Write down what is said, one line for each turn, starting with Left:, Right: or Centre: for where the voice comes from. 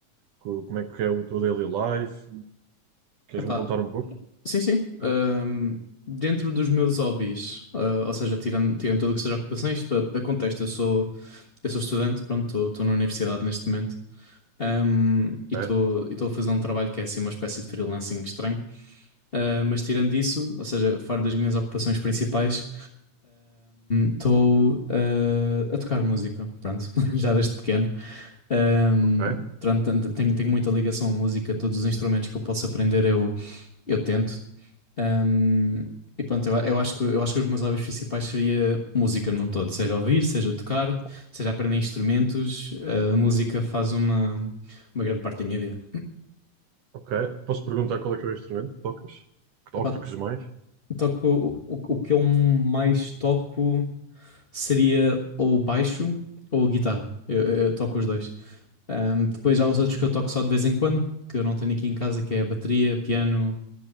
Right: co- como é que é o teu daily life. Queres-me
Left: Epá,
Right: contar um pouco?
Left: sim, sim. Ahm, dentro dos meus hobbies, ah, ou seja, tirando, tirando tudo o que seja ocupações, para contexto, eu sou, eu sou estudante, pronto, estou na universidade neste momento, Ahm, e
Right: É,
Left: estou estou a fazer um trabalho que é assim uma espécie de freelancing estranho, Uh, mas tirando isso, ou seja, fora das minhas ocupações principais, estou ah, a tocar música, pronto, <laughs> já desde pequeno. Um,
Right: ok,
Left: pronto, tanto- tenho, tenho muita ligação à música, todos os instrumentos que eu posso aprender eu, eu tento. Um, e pronto, eu, eu acho que, eu acho que os meus hobbies principais seria música num todo, seja ouvir, seja tocar, seja aprender instrumentos, ah, a música faz uma, uma grande parte da minha vida.
Right: ok. Posso perguntar qual é que é o instrumento que tocas? Que to-
Left: Epá,
Right: que tocas mais?
Left: toco, o, o o que eu mais toco seria ou baixo ou guitarra. Eu, eu toco os dois. Ahm, depois há os outros
Right: Uhum.
Left: que eu toco só de vez em quando, que eu não tenho aqui em casa, que é bateria, piano.